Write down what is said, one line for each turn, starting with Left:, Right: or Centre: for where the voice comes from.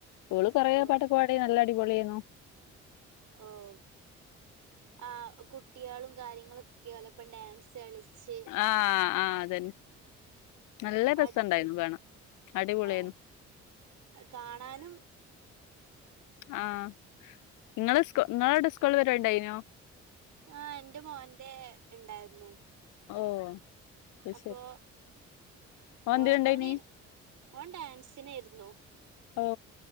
Left: ഓള് കൊറപട്ടോ
Right: ഓ
Left: ക്കെപാടി നല്ലടിപൊളിയായിരുന്നു
Right: ഓഹ് ആ കുട്ടികളും കാര്യങ്ങളൊക്കെലപ്പം ഡാൻസ് കളിച്ച്
Left: ആഹ് ആഹ് അതന്നെ നല്ലരസുണ്ടായിരുന്നു
Right: അടി
Left: കാണാൻ അടിപൊളിയായിരുന്നു
Right: ആഹ് കാണാനും
Left: ആഹ ഇങ്ങളെസ്‌കൂ ഇങ്ങളവിടെ സ്കൂളില്ണ്ടാനോ
Right: ആഹ എന്റെ മോന്റെണ്ടായിരുന്നു
Left: ഓഹ് അത്
Right: അപ്പൊ
Left: ശരി ഓന്തിലുണ്ടായിനി
Right: ഒഓന് ഓൻ ഡാൻസിനൊയിരുന്നു
Left: ഓഹ്